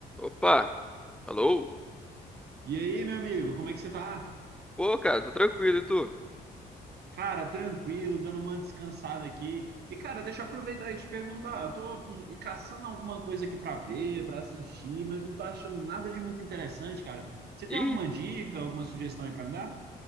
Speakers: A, in the centre; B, on the right.
A: Opa, alô?
B: E aí, meu amigo, como é que você tá?
A: Pô, cara, tô tranquilo, e tu?
B: Cara, tranquilo, dando uma descansada aqui. E, cara, deixa eu aproveitar e te perguntar. Eu tô hum, caçando alguma coisa aqui pra ver, pra assistir, mas não tô achando nada de muito interessante, cara. Você tem
A: Ih,
B: alguma dica, alguma sugestão aí pra me dar?